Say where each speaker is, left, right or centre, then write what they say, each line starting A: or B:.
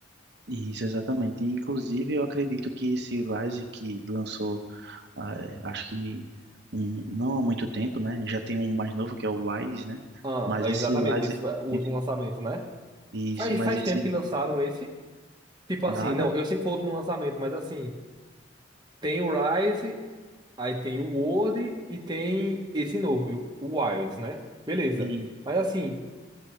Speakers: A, on the right; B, on the right.
A: Isso, exatamente. Inclusive, eu acredito que esse Rise que lançou Ah, é, acho que um- não há muito tempo, né? Já tem um mais novo que é o Rise, né?
B: Ah,
A: Mas esse
B: é exatamente,
A: Rise,
B: esse foi o último
A: esse-
B: lançamento, né?
A: isso,
B: Faz,
A: mas
B: faz
A: esse
B: tempo que lançaram esse. Tipo assim,
A: nada
B: não, eu sei que foi o último lançamento, mas assim, tem o Rise. Aí tem o Word e tem esse novo, o Wilds, né? Beleza.
A: e
B: Mas assim,